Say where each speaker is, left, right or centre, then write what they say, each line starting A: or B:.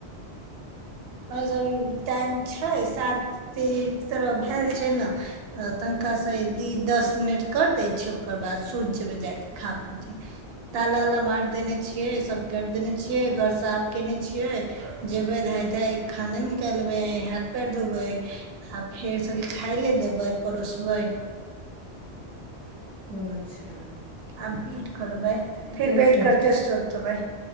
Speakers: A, on the right; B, in the centre.
A: टाइम छै सात त तरह भेल छै ने तऽ तनाँ दस मिनट कर दै छैिय ओकर बाद सुूति जेबै जा खा पी तालााला मार देने छियै सभ करि देने छियै घर साफ केने छियै जेबै ध। खाना निकालबे हाथ पैर धोबै आ फेर सबके खाय ले देबै परोसबै।
B: ओ अच्छा।
A: आबी। करबै
B: ठीके
A: फिर बैठ
B: छै
A: करके सोतबै